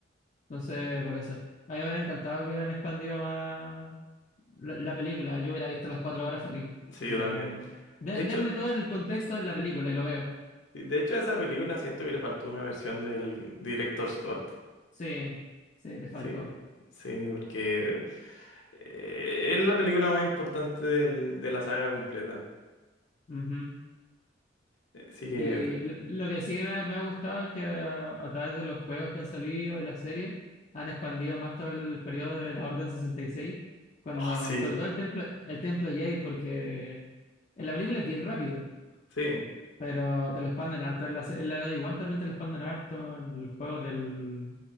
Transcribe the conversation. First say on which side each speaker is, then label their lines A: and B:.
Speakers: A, on the left (about 40°); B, on the left (about 65°).
A: entonces
B: Sí,
A: por eso. A mí me hubiera encantado que hubieran expandido más la, la película, yo hubiera visto las cuatro horas feliz.
B: sí,
A: Así
B: yo también.
A: como, de-
B: De hecho,
A: denme todo el contexto de la película y lo veo.
B: de hecho a esa película siento que le faltó una versión del director Scott.
A: Sí, sí, le faltó.
B: Sí, sí, porque eh, es la película más importante del- de la saga completa.
A: Ujú.
B: Eh, Así que,
A: Y lo, lo que sí me ha, me ha gustado es que a, a través de los juegos que han salido y las series, han expandido más todo el periodo de la Orden sesenta y seis cuando,
B: oh, sí,
A: sobre todo el templo, el templo Jedi, porque en la película es bien rápido,
B: sí,
A: pero te lo expanden harto. En la, serie- en la de Obi-Wan también te lo expanden harto, en el juego del